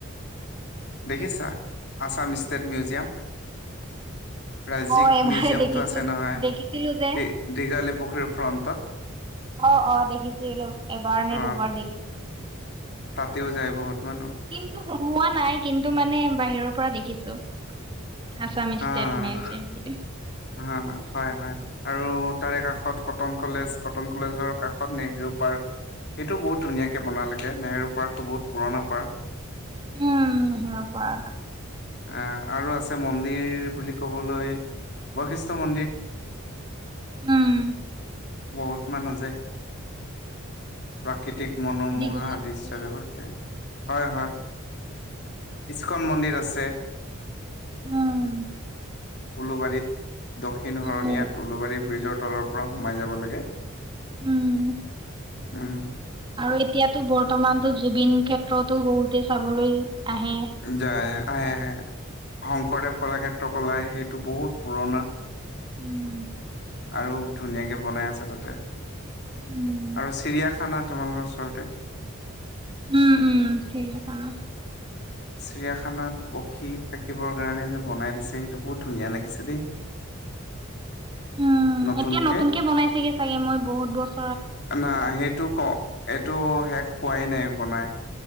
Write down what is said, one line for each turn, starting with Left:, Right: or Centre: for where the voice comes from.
Left: দেখিছা আছাম ষ্টেট মিউজিয়াম। ৰাজ্যিক
Right: মই এবাৰ
Left: মিউজিয়ামতটো
Right: দেখিছো
Left: আছে নহয়
Right: দেখিছিলো যে।
Left: দি দীঘলী পুখুৰীৰ ফ্ৰণ্টত
Right: অ অ দেখিছিলো এবাৰ নে
Left: অ
Right: দুবাৰ দেখিছিলো।
Left: তাতেও যায় বহুত মানুহ
Right: কিন্তু সুমোৱা নাই কিন্তু মানে বাহিৰৰ পৰা দেখিছো। আছাম
Left: আহ
Right: ষ্টেট মিউজিয়ম বুলি।
Left: হা হয় হয় আৰু তাৰে কাষত কটন কলেজ কটন কলেজৰ কাষত নেহেৰু পাৰ্ক- এইটো বহুত ধুনীয়াকে বনালেগে নেহেৰু পাৰ্কতটো বহুত পুৰণা পাৰ্ক।
Right: উম নেহেৰু পাৰ্ক
Left: আহ আৰু আছে মন্দিৰ বুলি কবলৈ বশিষ্ঠ মন্দিৰ
Right: উম
Left: বহুত মানুহ যায়। প্ৰাকৃতিক মনোমোহা
Right: দীঘলী
Left: আদৃশয়ৰেৱ্তোৱে
Right: পুখুৰী
Left: হয় হয় ইছ্কন মন্দিৰ আছে।
Right: উম
Left: উলুবাৰীত দক্ষিণ
Right: উম
Left: হৰণীয়াত উলুবাৰী ব্ৰিজৰ তলৰ পৰা সোমাই যাব লাগে।
Right: উম
Left: উম
Right: আৰু এতিয়াতো বৰ্তমানতো জুবিন ক্ষেত্ৰতো বহুতে চাবলৈ আহে।
Left: যায় আহে আহে শংকৰদেৱ কলাক্ষেত্ৰ কলাই এইটো বহুত পুৰণা
Right: উম
Left: আৰু ধুনীয়াকে বনাই আছে তাতে। আৰু
Right: উম
Left: চিৰিয়াখানা তোমালোকৰ ওচৰতে।
Right: উম উম সেই কানে
Left: চিৰিয়াখানাত পখী থাকিবৰ কাৰণে যে বনাই দিছে সেইটো বহুত ধুনীয়া লাগিছে দেই।
Right: উম
Left: নতুনকে
Right: এতিয়া নতুন কে বনাইছেগে চাগে মই বহুত বছ
Left: না সেইটো ক এইটো শেষ হোৱাই নাই বনাই।